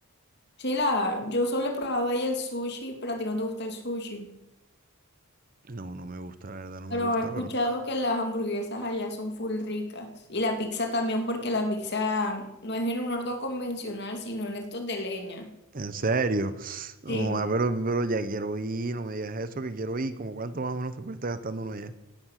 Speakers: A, on the left (about 50°); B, on the right (about 40°).
A: Chila, yo solo he probado ahí el sushi, pero a ti no te gusta el sushi.
B: No, no me gusta, la verdad, no
A: Pero
B: me gusta,
A: he escuchado
B: pero.
A: que las hamburguesas allá son full ricas. Y la pizza también, porque la pizza no es en un horno convencional, sino en estos de leña.
B: En serio. No,
A: Sí.
B: Juan, pero, pero ya quiero ir, no me digas eso, que quiero ir. ¿Como cuánto más o menos se puede estar gastando uno ya?